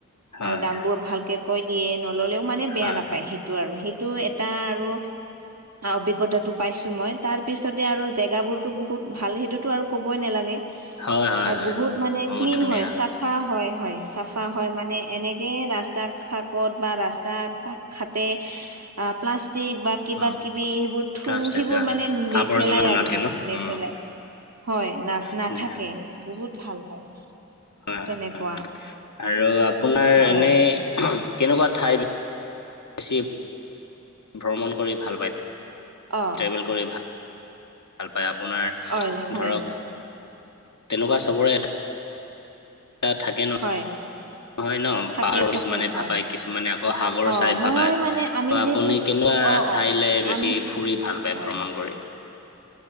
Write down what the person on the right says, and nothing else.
আৰু দ ভালকে কৈ দিয়ে, নল'লেও মানে বেয়া
নাপায় সেইটো, আৰু সেইটো এটা আৰু অভিজ্ঞতাটো পাইছোঁ মই, তাৰ পিছতে আৰু জেগাবোৰটো বহুত ভাল, সেইটোটো আৰু ক'বই নালাগে।
আৰু
বহুত মানে
ক্লিন
হয়, চাফা হয় হয়, চাফা হয়, মানে এনেকে ৰাস্তা কাষত বা ৰাস্তা ঘাটে অ', প্লাষ্টিক বা কিবা
কিবি সেইবোৰ থু,
সেইবোৰ মানে নেফেলাই
আৰু
নেফেলাই।
হয় না নাথাকে,
বহুত ভাল হয়,
তেনেকুৱা।
অ
অ
হয়, হয়।
হয়
থাকে
থাকে
হয়
অ
মই
মানে আমি
যিহেতু
অ অ
আমি
হয়